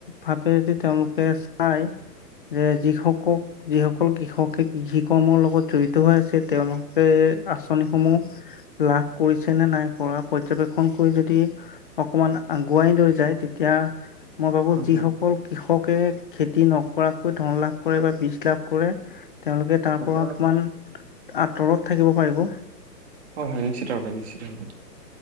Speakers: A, on the left; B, on the right.
A: ভাৱে দি তেওঁলোকে আই যে <unintelligible> যিস কল কৃষকে কৃষি কৰ্মৰ লগত জড়িত হৈ আছে, তেওঁলোকে আঁচনিসমূহ লাভ কৰিছে নে নাই কৰা পৰ্যবেক্ষণ কৰি যদি অকমাণ আগুৱাই লৈ যায়, তেতিয়া মই ভাবো
B: হয়
A: যিসকল কৃষকে খেতি নকৰাকৈ ধন লাভ কৰে বা বীজ লাভ কৰে, তেওঁলোকে তাৰ পৰা
B: হয়
A: অকমাণ আঁতৰত থাকিব পাৰিব।
B: হয়, হয়। নিশ্চিতভাবে, নিশ্চিতভাবে।